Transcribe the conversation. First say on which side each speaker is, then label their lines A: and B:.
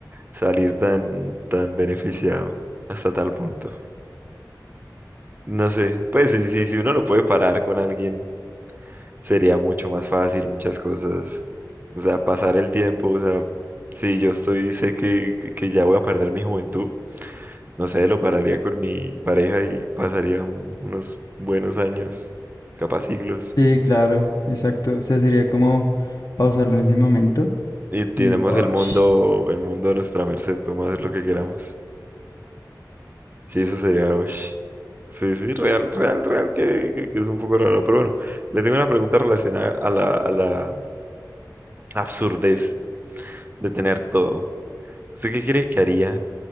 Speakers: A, on the right (about 25°); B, on the left (about 60°).
A: salir tan, tan beneficiado hasta tal punto. No sé, pues sí, sí, si uno lo puede parar con alguien, sería mucho más fácil muchas cosas. O sea, pasar el tiempo, o sea, si yo estoy, sé que, que que ya voy a perder mi juventud, no sé, lo pararía con mi pareja y pasaría un- unos buenos años, capaz siglos.
B: Sí, claro, exacto. O sea, sería como pausarlo en ese momento
A: Y tenemos
B: y wash.
A: el mundo, el mundo a nuestra merced, podemos hacer lo que queramos. Sí, eso sería, ush. Sí, sí, real, real, real, que, que- que es un poco raro, pero bueno, le tengo una pregunta relacionada a la, a la absurdez de tener todo. ¿Usted qué cree que haría